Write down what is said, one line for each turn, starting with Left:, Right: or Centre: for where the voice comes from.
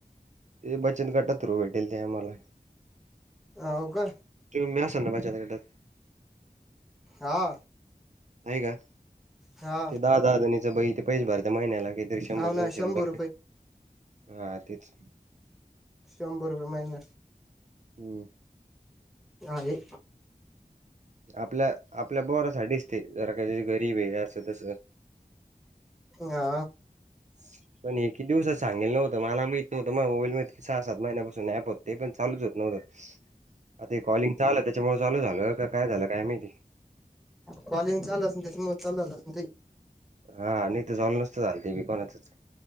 Right: ते बचत गटा थ्रू भेटेल ते आम्हाला.
Centre: हाव का?
Right: तुम्ही बी आसंना बचत गटात?
Centre: हा.
Right: आहे का?
Centre: हा
Right: ते दा- दहा जणीचं बही ते पैश भरत महिन्याला, कित शंभर-
Centre: हो ना
Right: दोनशे
Centre: शंभर
Right: रुपये भरतेत. हा तीच.
Centre: शंभर रुपये महिना.
Right: हम्.
Centre: आहे.
Right: आपल्या, आपल्या बोरासाठीच ते. जरा का गरीबय. असं, तसं.
Centre: हा.
Right: <inaudible> पण एकही दिवस सांगेल नव्हतं मला माहित नव्हतं माय मोईलमध्ये सहा सात महिन्यापासून ॲप होतं ते पण चालूच होत न्हवतं. आता हे कॉलिंगच आलं त्याच्यामुळे चालू झालं क काय झालं काय माहिती.
Centre: कॉलिंगच आल असन त्यांच्यामुळ चाल ते
Right: हा, नाही तर झाल नसत झालं ते बी कोणाचच.